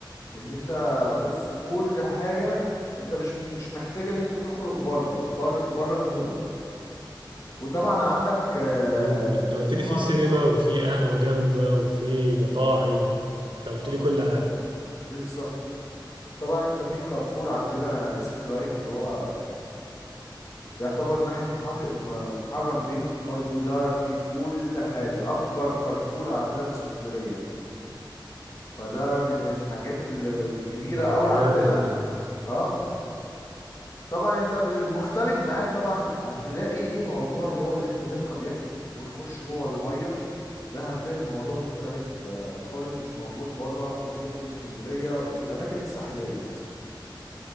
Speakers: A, on the left; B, on the right.
A: ان انت بص كل حاجة انت مش مش محتاج ان انت تخرج بره بره بره المول وطبعا عندك آه،
B: مم، انت قلت
A: طبعا
B: لي في سينما وفي قهوه جامده وفي مطاعم انت قلت
A: آه،
B: لي
A: آه،
B: كل حاجه
A: بالظبط طبعا انت في كارفور عندنا سيتي لايت اللي هو يعتبر ناحية محطة م- محرم بيه برضو ده في كل حاجة أكبر كارفور عندنا في اسكندرية فده من الحاجات ال- الكبيرة
B: لا
A: قوي
B: ده جامد
A: عندنا
B: والله
A: اه طبعا انت ال- المختلف معاك طبعا هتلاقي ايه موضوع اللي هو اللي انت تركب يخت وتخش جوه المية ده هتلاقي الموضوع مختلف آه، خالص مش موجود بره غير في اسكندرية في الأماكن الساحلية أساسا